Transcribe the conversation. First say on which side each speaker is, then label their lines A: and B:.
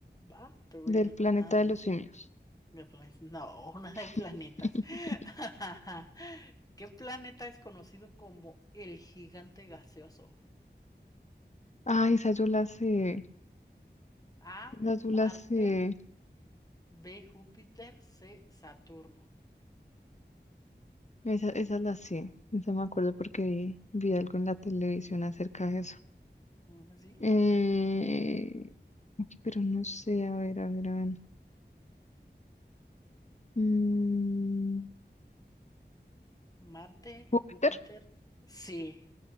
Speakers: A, on the left (about 20°); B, on the left (about 40°).
A: ¿Va? Te voy
B: del
A: a
B: planeta
A: a decir
B: de los simios.
A: de planetas. <laughs> No, una de
B: <laughs>
A: planetas. <laughs> ¿Qué planeta es conocido como el gigante gaseoso?
B: Ay, esa yo la sé.
A: A,
B: Esa yo
A: Marte.
B: la sé.
A: B, Júpiter, C, Saturno.
B: Esa, esa la sé. Esa me acuerdo porque vi, vi algo en la televisión acerca de eso.
A: Mm, Sí,
B: Eh,
A: a ver.
B: pero no sé, a ver, a ver, a ver. Mm,
A: Marte,
B: ¿Júpiter?
A: Júpiter, sí.